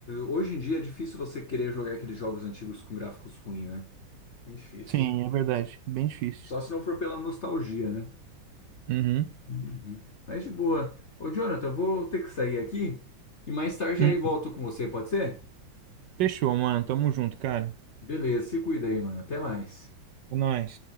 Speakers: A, on the left; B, on the right.
A: Hoje em dia é difícil você querer jogar aqueles jogos antigos com gráficos ruins, né? Muito difícil.
B: Sim, é verdade. Bem difícil.
A: Só se não for pela nostalgia, né?
B: Uhum.
A: Uhum. Mas de boa. Ô, Jonathan, eu vou ter que sair aqui e mais tarde
B: Hum.
A: aí volto com você, pode ser?
B: Fechou, mano. Tamo junto, cara.
A: Beleza, se cuida aí, mano. Até mais.
B: É nóis.